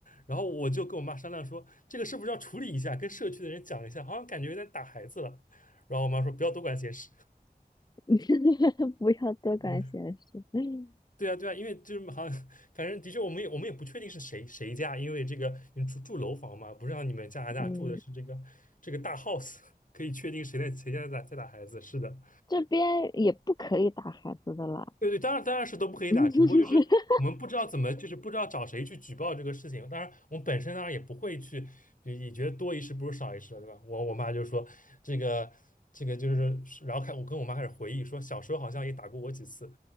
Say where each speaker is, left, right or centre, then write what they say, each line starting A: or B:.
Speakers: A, on the left (about 55°); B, on the left (about 25°).
A: 然后我就跟我妈商量说，这个是不是要处理一下，跟社区的人讲一下，好像感觉有点打孩子了。然后我妈说不要多管闲事。<laughs>
B: <laughs> 不要多管闲事，
A: 嗯
B: <laughs>
A: 对啊，对啊，因为就是 <laughs> 好像，反正的确，我们也我们也不确定是谁谁家，因为这个你住住楼房嘛，不是让你们加拿大住的是这个这个大
B: 嗯。
A: house，可以确定谁在谁家在打在打孩子。是的，
B: 这边也不可以打孩子的啦。
A: 对对，当然当然是都不可以打，
B: <laughs>
A: 只不过就是我们不知道怎么，就是不知道找谁去举报这个事情。当然，我们本身当然也不会去，也也觉得多一事不如少一事了，对吧？我我妈就说这个这个就是，然后开我跟我妈开始回忆说，小时候好像也打过我几次，